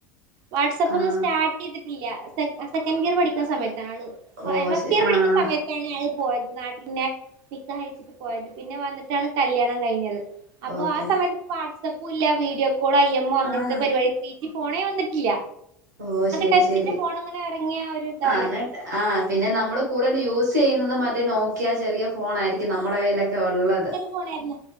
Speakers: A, on the right (about 45°); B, on the right (about 70°).
A: വാട്സ് അപ്പന്നും
B: ആഹ്
A: സ്റ്റാർട്ട് ചെയ്തിട്ടില്ല സെ സെക്കൻഡ് ഇയർ പഠിക്കുന്ന സമയത്താണ് ആള് ഫ
B: ഓ
A: എ ഫസ്റ്റ്
B: ശ
A: ഇയറ് പഠിക്കുന്ന
B: ആഹ്
A: സമയ ആള് പോയത് നാട്ടിൽ ഇന്നെ നിക്കാഹ് കഴിച്ചിട്ട് പോയത് പിന്നെ വന്ന്ട്ടാണ് കല്യാണം കഴിഞ്ഞത് അപ്പൊ
B: ഓക്കെ
A: ആ സമയത്ത് വാട്സ് അപ്പു ഇല്ല video call I M O അങ്ങൻത്തെ
B: ആഹ്
A: പരിവാടി തീ പോണേ വന്നിട്ടില്ല
B: ഓ ശരി
A: ടച്ചിന്റെ
B: ശരി
A: ഫോൺ അങ്ങനെ ഇറങ്ങിയ ഒരു ഇതാണ്
B: ആ ന്നട്ട് ആ പിന്നെ നമ്മള് കൂട് യൂസ് ചെയ്യുന്നത് മറ്റേ നോക്കിയ ചെറിയ ഫോണ ആയിരിക്കും നമ്മുടെ കയ്യിലൊക്കെ ഒള്ളത്
A: ഫോണായിരുന്ന്